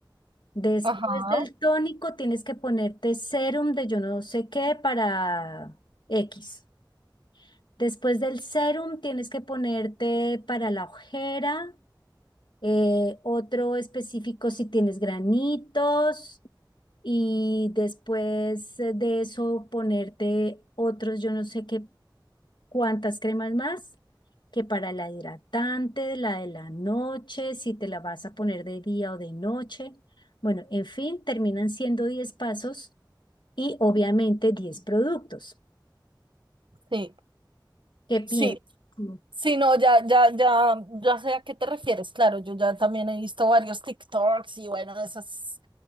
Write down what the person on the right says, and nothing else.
ajá,
sí,
sí,
Sí, no, ya, ya, ya, ya sé a qué te refieres, claro, yo ya también he visto varios TikToks y bueno, esas,